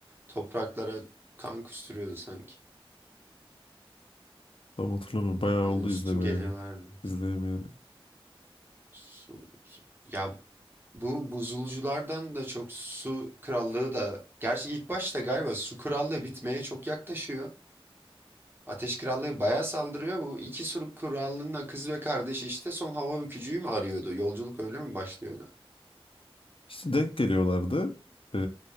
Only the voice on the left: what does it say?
Tam hatırlamıyorum. Bayağı
oldu
izlemeye.
izleyemeyelim.
İşte denk geliyorlardı. Ee,